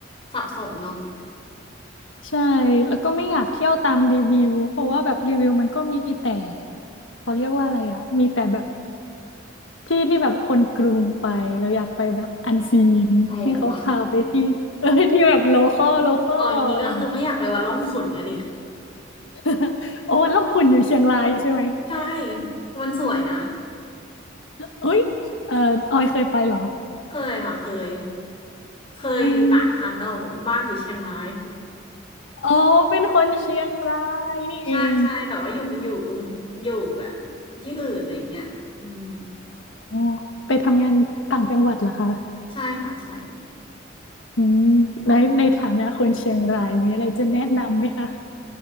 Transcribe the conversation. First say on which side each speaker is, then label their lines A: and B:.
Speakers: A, on the left; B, on the left.
A: สับสนเนาะ
B: ใช่แล้วก็ไม่อยากเที่ยวตามรีวิวเพราะว่าแบบรีวิวมันก็มีแต่เขาเรียกว่าอะไรอะมีแต่แบบที่ที่แบบคนกรุงไปแล้วอยากไปแบบอันซีน
A: โอ้
B: ให้เขาพาไปที่เออที่แบบโลคอลโลคอลอะไรอย่างงี้
A: <laughs> อ๋ออย่างนี้ก็คือไม่อยากไปวัดร่องขุ่นนะดิ
B: <laughs> โอ้แล้วคุณอยู่เชียงรายใช่ไหม
A: <laughs> ใช่ มันสวยนะ
B: เอ้ยเออออยเคยไปเหรอ
A: เคยค่ะเคย เคยหลายครั้งแล้วบ้านอยู่เชียงราย
B: อืมอ๋อเป็นคนเชียงรายนี่เอง
A: <laughs> ใช่ใช่ แต่ว่าอยู่อยู่กรุงอยู่แบบที่อื่นอะไรอย่างเงี้ยอืม
B: อ๋อไปทำงานต่างจังหวัดเหรอคะ
A: ใช่ค่ะใช่
B: อืมในในฐานะคนเชียงรายมีอะไรจะแนะนำไหมคะ